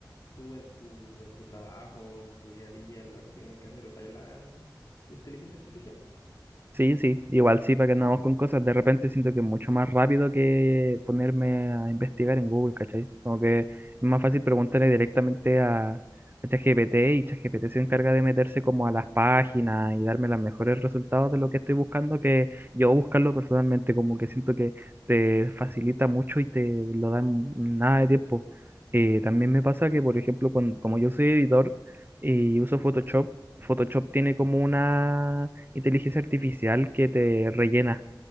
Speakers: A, on the left (about 55°); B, on the right (about 30°).
A: Tú en tu, en tu trabajo, en tu día a día, en lo que tengas que hacer, usar la inteligencia artificial.
B: Sí, sí, igual sí, para que andamos con cosas. De repente siento que es mucho más rápido que ponerme a investigar en Google, ¿cachai? Como que es más fácil preguntarle directamente a, a ChatGPT y ChatGPT se encarga de meterse como a las páginas y darme los mejores resultados de lo que estoy buscando que yo buscarlo personalmente, como que siento que te facilita mucho y te lo dan nada de tiempo. Eh, también me pasa que, por ejemplo, cuando, como yo soy editor y uso Photoshop, Photoshop tiene como una inteligencia artificial que te rellena.